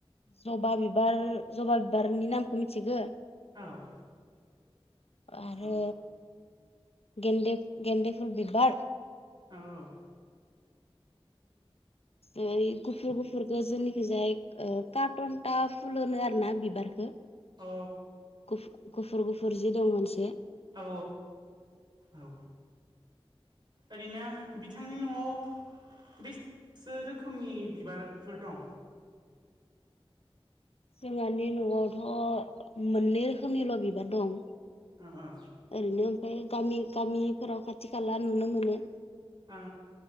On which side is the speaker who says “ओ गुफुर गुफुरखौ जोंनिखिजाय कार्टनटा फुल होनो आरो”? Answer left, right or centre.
Left